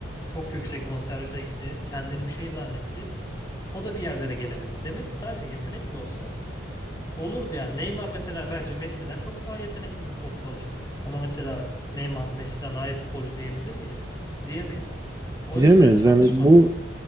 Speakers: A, on the left; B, on the right.
A: Çok yüksek bonservise gitti. Kendini bir şey zannetti. O da bir yerlere gelemedi. Demek ki sadece yetenekli olsa olurdu yani. Neymar mesela bence Messi'den çok daha yetenekli bir futbolcu. Ama mesela Neymar Messi'den daha iyi futbolcu diyebilir miyiz? Diyemeyiz. O
B: diyemeyiz.
A: yüzden çalışma.
B: Yani bu